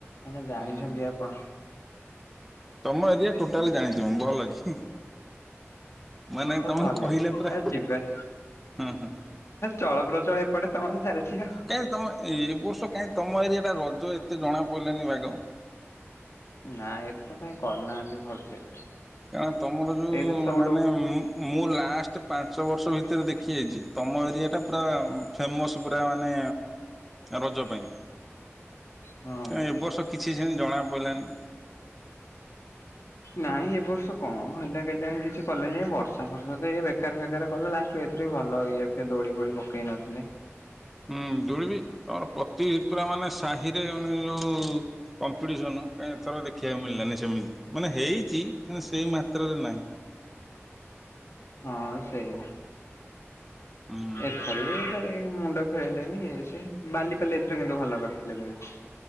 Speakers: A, on the left (about 75°); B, in the centre.
A: ମାନେ ଜାଣିଛନ୍ତି
B: ହୁଁ
A: ଆପଣ।
B: ତମ ଏରିଆ ଟୋଟାଲ୍ ଜାଣିଛନ୍ତି ଭଲ କି। ମାନେ
A: ହୋଉ
B: ତମେ
A: ଭଲ
B: କହିଲେ ପୁରା
A: ଆ ଯିବେ।
B: ହଁ ହଁ
A: ଚଳପ୍ରଚଳ ଏପଟେ ତମର ଚାଲିଚି ଆଉ।
B: କାଇଁ ତମ ଏ ବର୍ଷ କାଇଁ ତମ ଏରିଆ ଟା ରଜ ଏତେ ଜଣା ପଡ଼ିଲାନି ବାଗ?
A: ନା ଏଥର କାଇଁ କରିନାହାନ୍ତି ଭଲସେ।
B: କାରଁ ତମର ଯୋଉ
A: ଏଇଥର ସବୁଠୁ
B: ମାନେ ଉଁ ମ୍ ମୁଁ ଲାଷ୍ଟ ପାଞ୍ଚ ବର୍ଷ ଭିତରେ ଦେଖି ଯାଇଚି ତମ ଏରିଆଟା ପୁରା ଫେମସ୍ ପୁରା ମାନେ ରଜ ପାଇଁ।
A: ହଁ।
B: କାଇଁ ଏବର୍ଷ କିଛି ସେମିତି ଜଣା ପଇଲାନି।
A: ନାଇଁ ଏ ବର୍ଷ କଣ ହେଲା କେଜାଣି କିଛି କଲେନେଇଁ ବର୍ଷା ଫର୍ଷା ତ ଏ ବେକାର ଫେକାର କଲା ଲାଷ୍ଟ ଏଥିରେ ଭଲ ଇଏ ଫିଏ ଦୋଳି ଫୋଳି ପକେଇ ନଥିଲେ।
B: ହୁଁ ଦୋଳିବି ଅ ପ୍ରତି ପୁରା ମାନେ ସାହିରେ ମାନେ ଯୋଉ କମ୍ପିଟିସନ କାଇଁ ଏଥର ଦେଖିବାକୁ ମିଳିଲାନି ସେମିତି। ମାନେ ହେଇଚି କିନ୍ତୁ ସେଇ ମାତ୍ରାରେ ନାହିଁ।
A: ହଁ ସେଇଆ।
B: ହୁଁ
A: ଏ ଥର ବି ସେ ଏ ମୁଣ୍ଡ ଖେଳେଇଲେନି। ଇଏ ସିଏ ବାଲିପାଲି ଏଥର କିନ୍ତୁ ଭଲ କରିଥିଲେ ଦୋଳି।